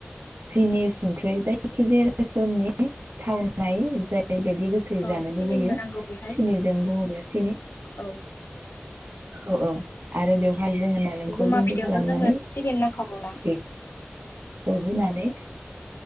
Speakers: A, on the right; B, on the left.
A: सिनि संख्रै जायखिजाया रोखोमनि थावनाय जाय ओरैबायदि गोसोयै
B: औ
A: जानो
B: सिबिनबो
A: लुबैयो
B: नांगौ बेहाय
A: सिनिजों बुङोब्ला सिनि
B: औ
A: औ औ आरो बेवहाय जोङो नालेंखर
B: गमा
A: गुन्दै
B: फिथाइयावथ'
A: खालामनानै
B: जोंनो सिबिन नांखागौना
A: बे औ होनानै,